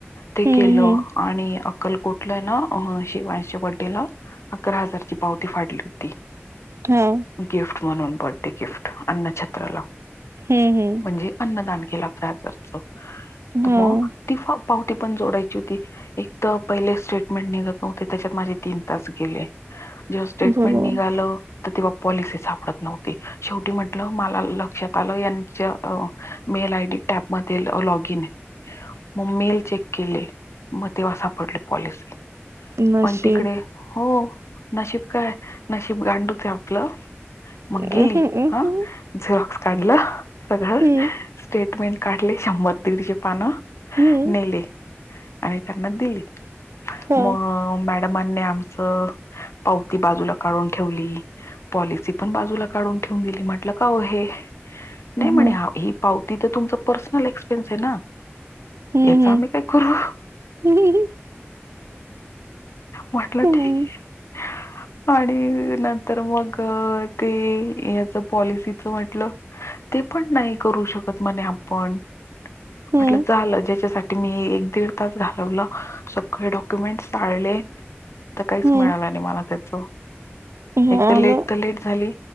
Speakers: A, on the left; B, on the right.
A: ते
B: हम्म
A: केल
B: हम्म
A: आणि अक्कलकोटला हाय ना शिवांशच्या बर्डेला अकरा हजारची पावती फाडली होती.
B: हम्म
A: गिफ्ट म्हणून बर्थडे गिफ्ट अन्न छत्रला.
B: हम्म हम्म
A: म्हणजे अन्नदान केल अकरा हजारच, तर
B: हा
A: मग ती पावती पण जोडायची होती. एक तर पहिले स्टेटमेंट निघत नव्हते त्याच्यात माझे तीन तास गेले. जेव्हा स्टेटमेंट
B: बरोबर
A: निघाल तेव्हा पॉलिसी सापडत नव्हती. शेवटी म्हटल मला लक्षात आल यांच्या मेल आयडी टॅपमध्ये लॉगीन आहे. मग मेल चेक केले मग तेव्हा सापडल्या पॉलिसी.
B: नशीब
A: पण तिकडे हो नशीब काय नशीब गांडूचय आपल. मग
B: हम्म
A: गेली
B: हम्म
A: हां झिरॉक्स काढल सगळ
B: हम्म
A: स्टेटमेंट काढले शंभर दीडचेे पान.
B: हम्म
A: नेले आणि त्यांना दिले
B: हा
A: मग मॅ मॅडमानी आमच पावती बाजूला काढून ठेवली पॉलिसी पण बाजूला काढून ठेवून दिली म्हटल काओ हे नाही
B: हम्म
A: म्हणे आम्ही पावती तर तुमच पर्सनल एक्सपेन्स आहे ना.
B: हम्म
A: याच आम्ही काय करू?
B: हम्म
A: म्हटल
B: हम्म
A: ठीक आहे आणि नंतर मग ते याच पॉलिसीच म्हटल. ते पण नाही करू शकत म्हणे आपण
B: हम्म
A: म्हटल झाल ज्याच्यासाठी मी एक दीड तास घालवला सगळे डॉक्युमेंटस चाळले. तर काहीच
B: हम्म
A: मिळाल नाही मला त्याच
B: हे
A: एक
B: आलं
A: तर लेट तर लेट. झाले